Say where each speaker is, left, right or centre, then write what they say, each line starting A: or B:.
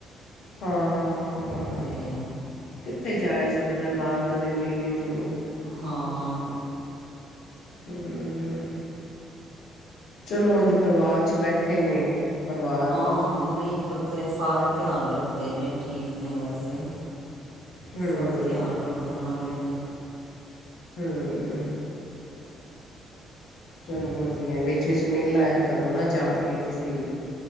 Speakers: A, on the left; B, on the right.
A: ਹਾਂ, ਹਾਂ, ਹਾਂ
B: ਤੇ
A: ਕਿੱਥੇ ਜਾਇਆ ਜਾਂਦਾ ਬਾਰ ਬਾਰ ਇੰਨੀ-ਇੰਨੀ, ਦੂਰ
B: ਹਾਂ,
A: ਹੂੰ, ਚਲੋ, ਉੰਝ ਪਰਿਵਾਰ 'ਚ ਬੈਠੇ ਨੇ ਪਰਿਵਾਰ
B: ਹਾਂ, ਨਈ। ਤੇ, ਸਾਰੇ ਧਿਆਨ ਰੱਖਦੇ ਨੇ ਠੀਕ ਨੇ ਵੈਸੇ,
A: ਹੂੰ
B: ਸਭ ਧਿਆਨ ਰੱਖ ਖਾਣਾ ਲੈਣੇ
A: ਹੂੰ, ਚਲੋ ਵਧੀਆ, ਵਿਚ-ਵਿਚ ਮਿਲ ਆਇਆ ਕਰੋ ਨਾ ਜਾ ਕੇ, ਤੁਸੀਂ ਵੀ